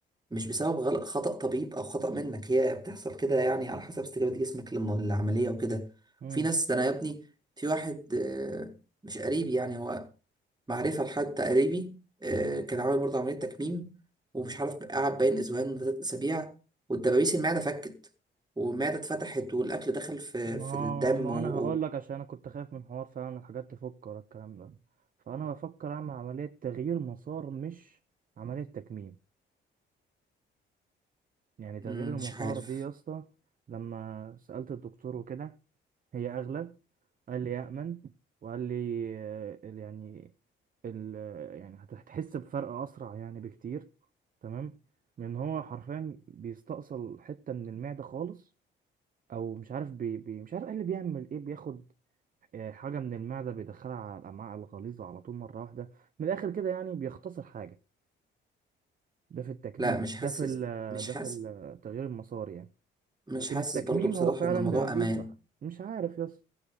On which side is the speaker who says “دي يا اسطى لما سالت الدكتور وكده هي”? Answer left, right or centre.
Right